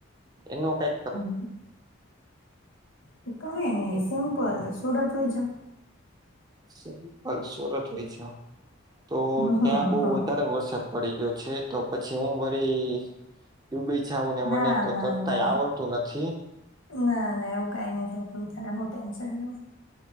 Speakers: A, on the right; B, on the left.
A: એનું કાઈક
B: હમ્મ હ, તે કાઈ ની સિમ્પલ, સુરત વઈ જાવ.
A: સિમપલ સુરત લઇ જાવ. તો
B: હ હ
A: ત્યાં બબઉ વધારે વરસાદ પડી ગ્યો છે તો પછી હું વરી ડુબી જાવું ને
B: ના
A: મને તો
B: ના
A: તરતાય
B: નઈ
A: આવડતું નથી.
B: ના ના એવું કઈ નહી થાય તમતારા હું ટેન્શન લ્યો.